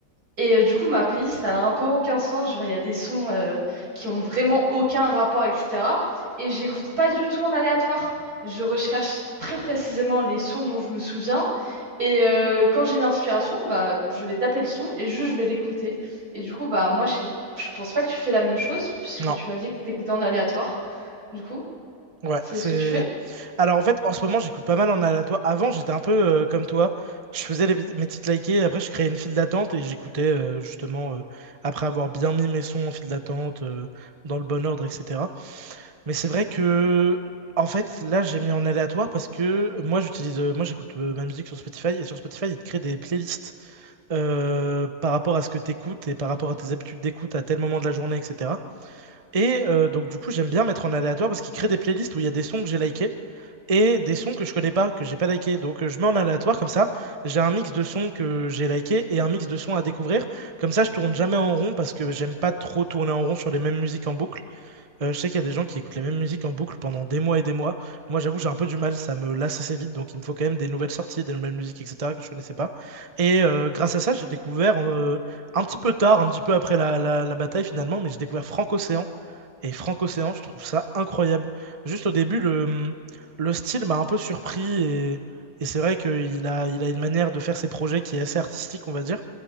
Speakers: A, on the right; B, on the right.
A: Et euh, du coup, ma playlist, elle a un peu aucun sens. Genre, il y a des sons euh, qui ont vraiment aucun rapport, etc. Et j'écoute pas du tout en aléatoire. Je recherche très précisément les sons dont je me souviens. Et euh, quand j'ai une inspiration, bah, je vais taper le son et juste je vais l'écouter. Et du coup, bah, moi, je sais- je pense pas que tu fais la même chose, puisque
B: Non,
A: tu m'as dit que t'écoutais en aléatoire. Du coup,
B: ouais,
A: c'est
B: c'est.
A: ce que tu fais?
B: Alors en fait, en ce moment, j'écoute pas mal en aléatoire. Avant, j'étais un peu euh, comme toi. Je faisais les- mes titres likés, après, je créais une file d'attente et j'écoutais euh, justement, euh, après avoir bien mis mes sons en file d'attente, euh, dans le bon ordre, etc. Mais c'est vrai que, en fait, là, j'ai mis en aléatoire parce que moi, j'utilise, euh, moi, j'écoute euh, ma musique sur Spotify et sur Spotify, il te crée des playlists euh, par rapport à ce que tu écoutes et par rapport à tes habitudes d'écoute à tel moment de la journée, etc. Et euh, donc, du coup, j'aime bien mettre en aléatoire parce qu'il crée des playlists où il y a des sons que j'ai likés et des sons que je connais pas, que j'ai pas liké. Donc euh, je mets en aléatoire comme ça. J'ai un mix de sons que j'ai liké et un mix de sons à découvrir. Comme ça, je tourne jamais en rond parce que j'aime pas trop tourner en rond sur les mêmes musiques en boucle. Euh, je sais qu'il y a des gens qui écoutent la même musique en boucle pendant des mois et des mois. Moi, j'avoue, j'ai un peu du mal, ça me lasse assez vite, donc il me faut quand même des nouvelles sorties, des nouvelles musiques, etc., que je connaissais pas. Et euh, grâce à ça, j'ai découvert, euh, un petit peu tard, un petit peu après la, la- la bataille finalement, mais j'ai découvert Frank océan Et Frank océan je trouve ça incroyable. Juste au début, le, le style m'a un peu surpris, et, et c'est vrai qu'il a, il a une manière de faire ses projets qui est assez artistique, on va dire.